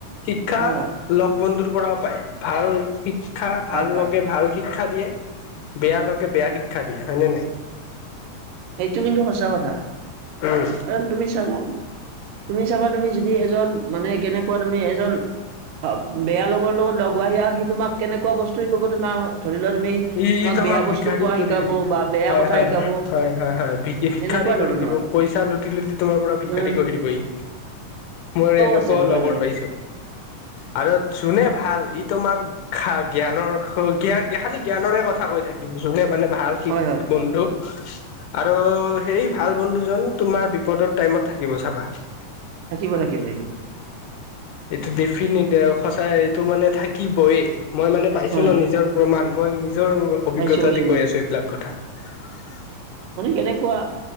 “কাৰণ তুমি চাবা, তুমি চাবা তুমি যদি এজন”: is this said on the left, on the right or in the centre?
Right